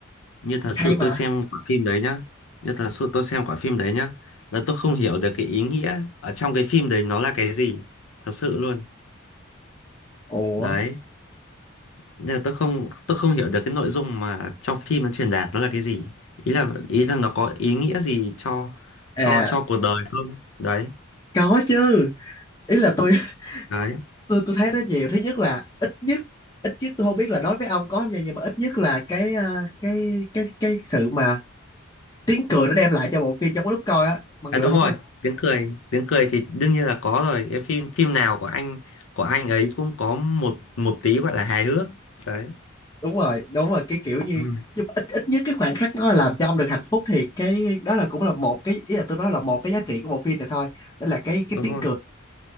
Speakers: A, on the left (about 85°); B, on the left (about 20°).
A: Như thật
B: hay
A: sự
B: mà
A: tôi xem quả phim đấy nhá. Như thật sự tôi xem quả phim đấy nhá. Là tôi không hiểu được cái ý nghĩa ở trong cái phim đấy nó là cái gì. Thật sự luôn.
B: ủa
A: Đấy. Nên là tôi không tôi không hiểu được cái nội dung mà trong phim nó truyền đạt nó là cái gì. Ý là ý là nó có ý nghĩa gì cho
B: à
A: cho cho cuộc đời không? Đấy.
B: có chứ ý là tôi
A: Đấy.
B: <laughs> tôi tôi thấy nó nhiều thứ nhất là ít nhất ít nhất tôi không biết là đối với ông có không nha nhưng mà ít nhất là cái à, cái cái cái sự mà tiếng cười nó đem lại cho bộ phim trong cái lúc coi á mặc
A: À
B: dù
A: đúng
B: nó không
A: rồi,
B: phải
A: tiếng cười, tiếng cười thì đương nhiên là có rồi. Cái phim phim nào của anh của anh ấy cũng có một một tí gọi là hài hước. Đấy.
B: đúng rồi đúng rồi cái kiểu như
A: Đúng rồi,
B: nhưng mà ít ít nhất cái khoảnh khắc nó làm cho ông được hạnh phúc thì cái đó là cũng là một cái ý là tôi nói là một cái giá trị của bộ phim này thôi đó là cái cái
A: đúng
B: tiếng
A: rồi,
B: cười